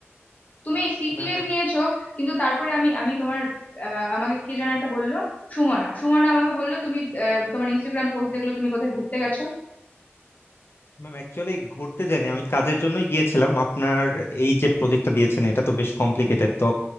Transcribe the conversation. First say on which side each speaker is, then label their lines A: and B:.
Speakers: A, on the left (about 35°); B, on the left (about 60°).
A: তুমি সিক
B: ম্যাম
A: লিভ নিয়েছো কিন্তু তারপরে আমি আমি তোমার আহ, আমাকে কে যেন একটা বললো সুমনা সুমনা আমাকে বললো তুমি আহ, তোমার ইনস্টাগ্রাম পোস্ট দেখলো তুমি কোথায় ঘুরতে গেছো
B: ম্যাম অ্যাকচুয়ালি ঘুরতে যাইনি আমি কাজের জন্যই গিয়েছিলাম আপনার এই যে প্রজেক্টটা দিয়েছেন এটা তো বেশ কমপ্লিকেটেড তো